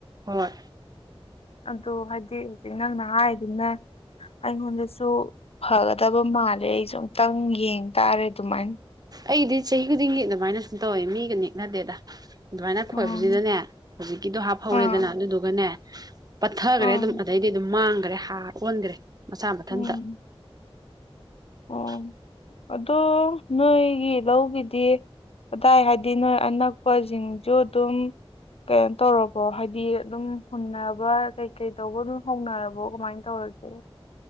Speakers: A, on the right; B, on the left.
A: ꯃ‌ꯣꯏ
B: ꯑꯗꯣ ꯍꯥꯏꯗꯤ ꯍꯧꯖꯤꯛ ꯅꯪꯅ ꯍꯥꯏꯗꯨꯅ ꯑꯩꯉꯣꯟꯗꯁꯨ ꯐꯒꯗꯕ ꯃꯥꯜꯂꯦ ꯑꯩꯁꯨ ꯑꯃꯨꯛꯇꯪ ꯌꯦꯡ ꯇꯥꯔꯦ ꯗꯨꯃꯥꯏꯟ
A: ꯑꯩꯗꯤ ꯆꯍꯤ ꯈꯨꯗꯤꯡꯒꯤ ꯑꯗꯨꯃꯥꯏꯅ ꯁꯨꯝ ꯇꯧꯋꯦ ꯃꯤꯒ ꯅꯦꯛꯅꯗꯦꯗ ꯗꯨꯃꯥꯏꯅ ꯈꯣꯏꯕꯖꯤꯗꯅꯦ
B: ꯑꯥ
A: ꯍꯧꯖꯤꯛꯀꯤꯗꯣ ꯍꯥꯞꯐꯧꯔꯦꯗꯅ
B: ꯑꯥ
A: ꯑꯗꯨꯗꯨꯒꯅꯦ ꯄꯠꯊꯒ꯭ꯔꯦ
B: ꯑꯥ
A: ꯑꯗꯨꯝ ꯑꯗꯩꯗꯤ ꯑꯗꯨꯝ ꯃꯥꯡꯒ꯭ꯔꯦ ꯍꯥꯔ ꯑꯣꯟꯒ꯭ꯔꯦ ꯃꯁꯥ ꯃꯊꯟꯇ
B: ꯎꯝ
A: <inaudible>
B: ꯑꯣ ꯑꯗꯣ ꯅꯣꯏꯒꯤ ꯂꯧꯒꯤꯗꯤ ꯀꯗꯥꯏ ꯍꯥꯏꯗꯤ ꯅꯣꯏ ꯑꯅꯛꯄꯖꯤꯡꯖꯨ ꯑꯗꯨꯝ ꯀ‌ꯦꯝ ꯇꯧꯔꯕꯣ ꯍꯥꯏꯗꯤ ꯑꯗꯨꯝ ꯍꯨꯟꯅꯕ ꯀꯩꯀꯩ ꯇꯧꯕ ꯑꯗꯨꯝ ꯍꯧꯅꯔꯕꯣ ꯀꯃꯥꯏꯟ ꯇꯧꯔꯒ‌ꯦ